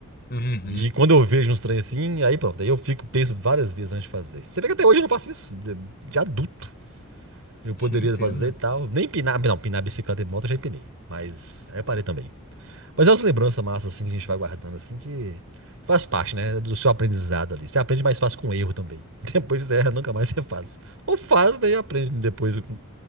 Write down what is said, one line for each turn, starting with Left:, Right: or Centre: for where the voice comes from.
Left: Uhum.
Right: E quando eu vejo uns trem assim, aí pronto, aí eu fico, penso várias vezes antes de fazer. Você vê que até hoje eu não faço isso, de, de adulto. Eu
Left: Te
Right: poderia
Left: entendo,
Right: fazer e tal. Nem pinar, não, pinar bicicleta e moto eu já empinei, mas aí eu parei também. Mas é umas lembranças massas assim que a gente vai guardando assim que faz parte, né, do seu aprendizado ali. Você aprende mais fácil com erro também. <laughs> Depois você erra, nunca mais você faz. Ou faz, daí aprende depois com-